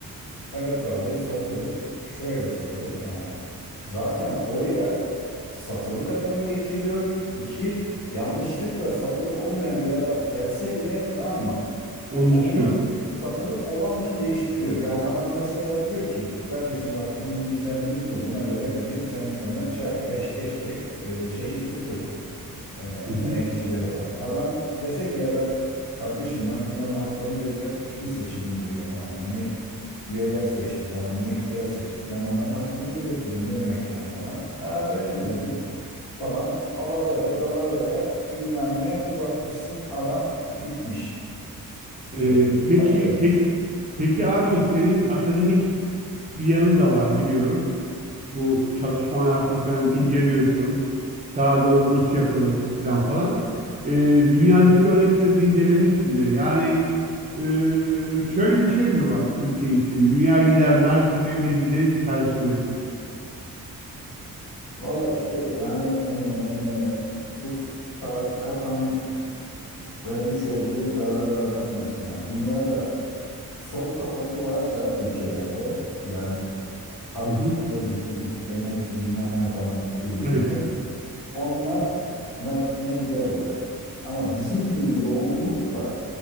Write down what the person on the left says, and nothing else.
Evet abi satılık şöyle satılık yani zaten oraya satılık adamı getiriyor. İki yanlışlıkla satılık olmayan bir adam gelse bile tamam mı?
Onu
satılık olanla değiştiriyor. Yani adama mesela diyor ki kardeşim bak bizim düzenimiz bu. Buna göre bizi sendikanın şey yap, peşkeş çek e, şeyi sustur e,
emekçileri falan. Adam desek ya ben kardeşim ben bunların haklarını gözetmek için seçildim buraya falan. Beni üyeler seçti falan, emekçiler seçti. Ben onların hakkını gözetirim. Ne demek yani falan. Aa öyle mi dedin falan. Alavere, dalavere, bilmem ne. Bir bakmışsın adam gitmiş
şey
başka birisine.
Valla işte yani eee, bu sağcı kafanın vermiş olduğu zararlardan birisi. Yani dünyada sol kafası varsa ülkelerde yani hak,
özgürlük, emek bilmem ne falan kıymetini
Onlar Mersin'e giderler. Ama bizim gibi yoğunlukla